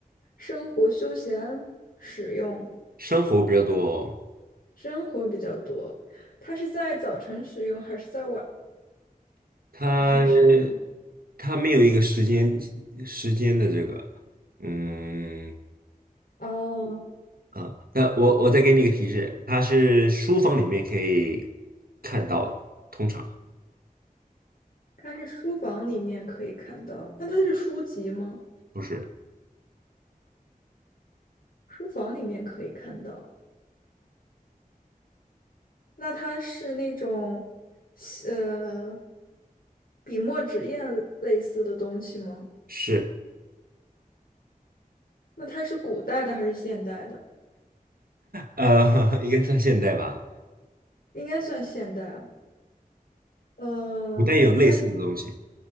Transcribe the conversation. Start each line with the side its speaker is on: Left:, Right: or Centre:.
Left: 生活休闲使用？
Right: 生活比较多，
Left: 生活比较多。它是在早晨使用还是在晚
Right: 他
Left: 上使用？
Right: 他没有一个时间时间的这个，嗯
Left: 哦，
Right: 呃，那我我再给你一个提示，它是书房里面可以看到的，通常
Left: 它是书房里面可以看到，那它是书籍吗？
Right: 不是
Left: 书房里面可以看到，那它是那种，呃，笔墨纸砚类似的东西吗？
Right: 是
Left: 那它是古代的还是现代的？
Right: 呃，<laughs> 应该算现代吧，
Left: 应该算现代哦。呃，
Right: 古代有类似的东西，
Left: 它是